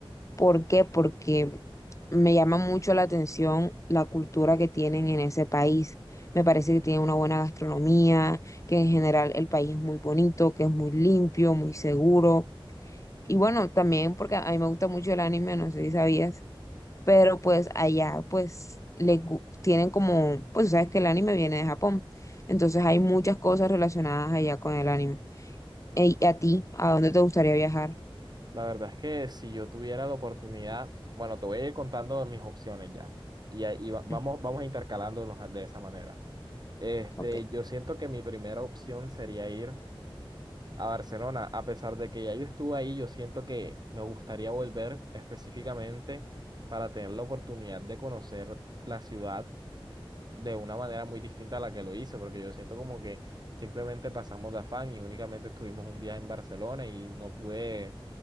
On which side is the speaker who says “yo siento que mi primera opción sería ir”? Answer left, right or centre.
Right